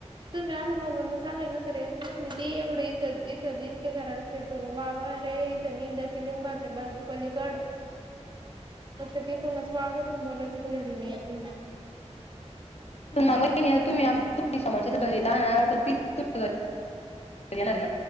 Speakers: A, on the right; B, on the left.
A: तुम्ही आला म्हणून चाल ना तर येत म्ह ते एवढं इथं इथंच इतक्या घरा. खेटून वावा रे इथं निंदा ति लिंबाचे. पलीकड त तुनच वावर तु बला त घरी नाही येत म्हण.
B: मागता् त् समोरच्या आ घरी लहान त घरी. येणार आहे